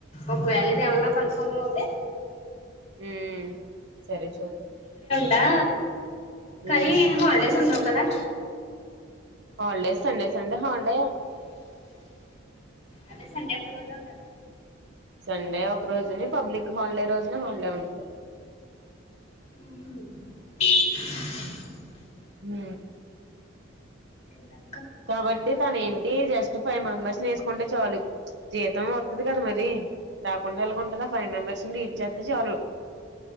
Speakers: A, on the left; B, on the right.
A: ఒకవేళ ఇదేమన్నా కన్ఫర్మవుతే
B: మ్ సరే చూద్దాం
A: టా కనీ
B: ఉమ్
A: హాల్డేస్ ఉండవ్ కదా
B: హల్డే సండే సండే హల్డే
A: అదే సండే ఒక రోజే ఉంటది.
B: సండే ఒక రోజుని పబ్లిక్ హాల్డే రోజున హాల్డే ఉంటద
A: హ్
B: హ్
A: తింట
B: కాబట్టి తన్ ఏం టీ జస్ట్ ఫైవ్ మెంబర్స్ని ఏస్కుంటే చాలు జీతం వత్తది కదా మరి రాకుండా ఎల్గుందట ఆ ఫైవ్ మెంబర్ <unintelligible> చేస్తే చాలు